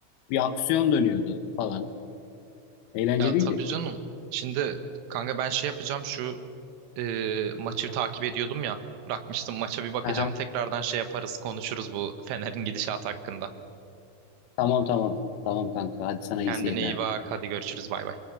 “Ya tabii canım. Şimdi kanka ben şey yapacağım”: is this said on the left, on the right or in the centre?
Right